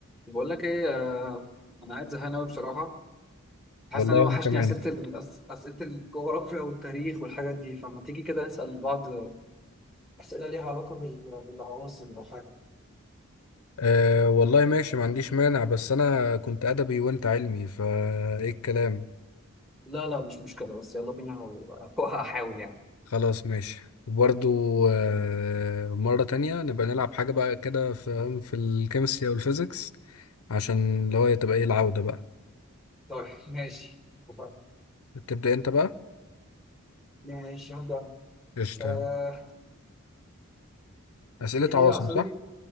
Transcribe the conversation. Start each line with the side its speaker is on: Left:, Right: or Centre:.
Centre: بقول لك ايه آه، انا قاعد زهقان قوي بصراحه حاسس
Left: والله
Centre: ان انا
Left: وانا
Centre: وحشني
Left: كمان
Centre: اسئله ال- أس- اسئله الجغرافيا والتاريخ والحاجات دي فما تيجي كده نسال بعض اسئله ليها علاقه بال- بالعواصم او حاجه
Left: أه والله ماشي ما عنديش مانع بس انا كنت ادبي وانت علمي فايه الكلام
Centre: لا لا مش مشكله بس يلا بينا و- <laughs> وهحاول يعني
Left: خلاص ماشي وبرضو أه مرة تانية نبقى نلعب حاجة بقى كده في في الكيمستري او الفيزيكس عشان اللي هو تبقى ايه العودة بقى
Centre: طيب ماشي وفاهم
Left: تبدأ انت بقى
Centre: ماشي هبدا أنا.
Left: قشطة
Centre: آه
Left: أسئلة
Centre: ايه
Left: عواصم
Centre: هي عاصمه
Left: صح